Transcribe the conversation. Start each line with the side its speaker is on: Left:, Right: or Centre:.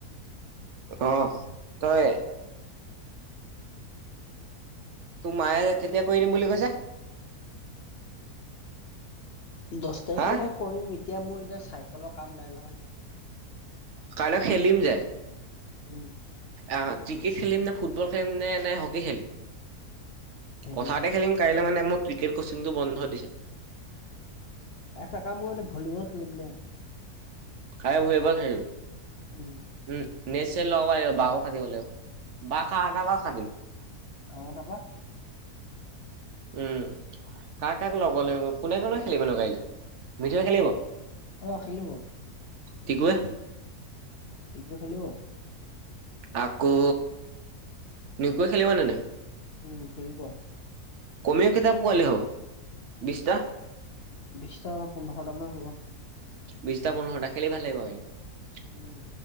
Right: অ তই তোৰ মায়ে কেতিয়া কৰি দিম বুলি কৈছে।
Left: দহ তাৰিখ
Right: হা
Left: মানে কৰিম এতিয়া মই এতিয়া চাইকেলৰ কাম নাই নহয় ইমান
Right: কাইলৈ <unintelligible>
Left: উম
Right: আহ ক্ৰিকেট খেলিম নে ফুটবল খেলিম নে নে হকী খেলিম।
Left: হেৰি
Right: পথাৰতে খেলিম কাইলৈ মানে মোৰ ক্ৰিকেট কোচিংটো বন্ধ দিছে।
Left: এটা কাম কৰিনে ভলীবল খেলিম দে
Right: ই ভলীবল খেলিম।
Left: উম
Right: উম নে লগ বা কাটিব ল বা ক ন বাকদিম
Left: আমাৰ তাৰপৰা
Right: উম কাক কাক লব লাগিব কোনে কোনে খেলিব ন কাইলৈ মিঠৈ খেলিব
Left: অঁ খেলিব
Right: টিকুৱে
Left: টিকুৱে খেলিব
Right: আকৌ নিকোৱে খেলি নে নাই
Left: উম খেলিব
Right: কমেও কেইটা পোৱালি হম বিচটা
Left: বিচতা পোন্ধৰ তামান হ'ব
Right: বিশটা পোন্ধৰটা খেলি ভাল লাগিব কাইলৈ
Left: উম